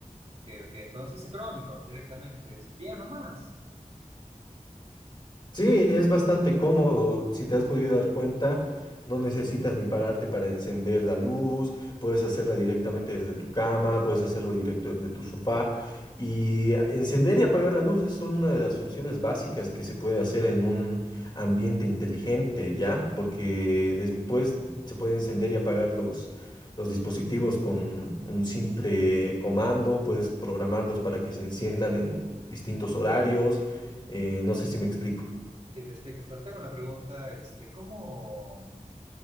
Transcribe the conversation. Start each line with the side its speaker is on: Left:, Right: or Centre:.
Right: Que, entonces es económico directamente, es bien nomás.
Left: Sí, es bastante cómodo. Si te has podido dar cuenta, no necesitas ni pararte para encender la luz, puedes hacerla directamente desde tu cama, puedes hacerlo directo desde tu sofá. Y a- encender y apagar las luces son una de las funciones básicas que se puede hacer en un ambiente inteligente, ¿ya? Porque después se puede encender y apagar los, los dispositivos con un simple comando, puedes programarlos para que se enciendan en distintos horarios. Eh, no sé si me explico.
Right: Si te explicas, pero tengo una pregunta, este, ¿cómo,